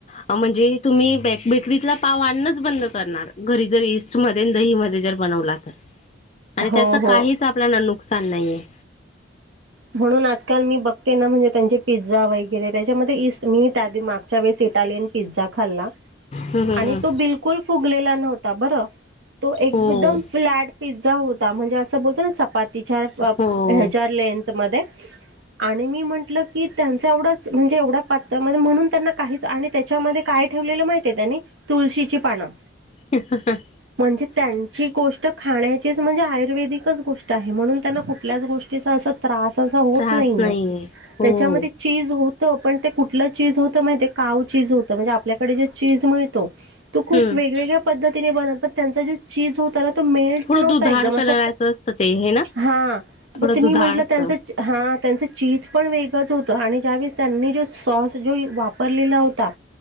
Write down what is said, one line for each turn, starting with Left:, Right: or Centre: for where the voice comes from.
Left: अ म्हणजे तुम्ही बेकरीतला पाव आणणच बंद घरी जर ईस्टमध्ये आणि दहीमध्ये जर बनवला तर आणि
Right: हो
Left: त्याचं काहीच
Right: हो.
Left: आप आपल्याला नुकसान नाही आहे.
Right: म्हणून आजकाल मी बघते ना म्हणजे त्यांचे पिझ्झा वगैरे त्याच्यामध्ये ईस्ट मीतर मागच्या वेळेस इटालियन पिझ्झा खाल्ला
Left: हम्म हम्म
Right: आणि
Left: हम्म.
Right: तो बिल कुल फुगलेला नव्हता बर तो एकदम
Left: हो
Right: फ्लॅट. पिझ्झा होता म्हणजे असं बोलतो ना चपातीच्या ह्याच्या
Left: हो
Right: लेंथ मध्ये. आणि मी म्हटलं की त्यांच एवढंच म्हणजे एवढं पातळमध्ये म्हण म्हणून त्यांना काहीच आणि त्याच्यामध्ये काय ठेवलेलं माहितेय त्यांनी तुळशीची पानं.
Left: ह.
Right: म्हणजे त्यांची गोष्ट खाण्याचीच म्हणजे आयुर्वेदिकच गोष्ट आहे म्हणून त्यांना कुठल्याच गोष्टी. त्त्याचा असा त्रास अस होत
Left: त्रास
Right: नाहीे
Left: नाहीये हो
Right: त्याच्यामध्ये. चीज होत पण ते कुठलं चीज होतं माहि काव चीज होत म्हणजे आपल्याकडे जे चीज मिळतो. तो खूप
Left: हम्म
Right: वेगवेगळ्या पद्धतीने बन प त्यांचा जो चीज होता ना. तो मेल्ट
Left: थोडं
Right: नव्हता
Left: दुधाळ
Right: एकदम
Left: कलराचं
Right: असं
Left: असतं ते हे ना
Right: हा
Left: थोडं
Right: म किनी
Left: दुधाळ
Right: म्हटलं.
Left: असतं
Right: हा त्यांचं चीज पण वेगंच होतं आणि ज्यावेळेस त्यांनी जो सॉस जो वापरलेला होता.